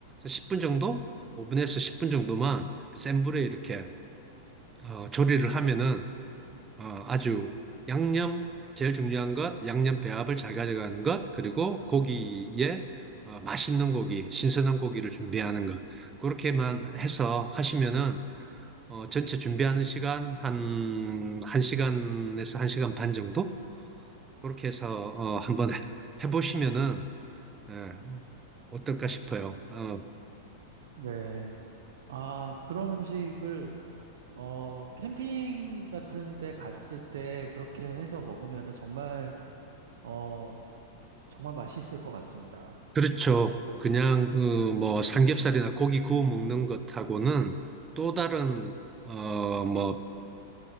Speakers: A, on the right; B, on the right.
A: 10분 정도? 5분에서 10분 정도만 센 불에 이렇게 어, 조리를 하면은 어, 아주 양념 제일 중요한 것 양념 배합을 잘 가져가는 것 그리고 고기에 어, 맛있는 고기 신선한 고기를 준비하는 것 그렇게만 해서 하시면은 어, 전체 준비하는 시간 한 1시간에서 1시간 반 정도 그렇게 해서 어, 한번 해- 해보시면은 예, 어떨까 싶어요. 어,
B: 네. 아, 그런 음식을, 어, 캠핑 같은 데 갔을 때 그렇게 해서 먹으면은 정말, 어, 정말 맛있을 것 같습니다.
A: 그렇죠. 그냥 어, 뭐 삼겹살이나 고기 구워 먹는 것하고는 또 다른 어, 뭐